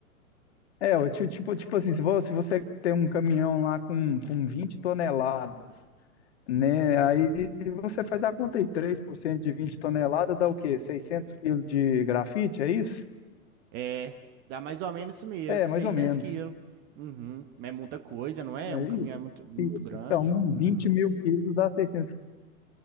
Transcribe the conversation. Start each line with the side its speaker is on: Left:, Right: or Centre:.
Left: é, ué, ti- tipo, tipo assim, se vo- se você tem um caminhão lá com, com vinte toneladas né? Aí você faz a conta aí, 3% de 20 toneladas dá o quê? seiscentos quilos de grafite, é isso?
Right: É, dá mais ou menos isso mesmo,
Left: É, mais
Right: 600
Left: ou menos.
Right: quilos. Uhum. É muita coisa, não é?
Left: É
Right: Um caminhão
Left: isso.
Right: é muito, muito
Left: Isso.
Right: grande.
Left: Então,
Right: Uhum.
Left: 20 mil quilos dá seiscentos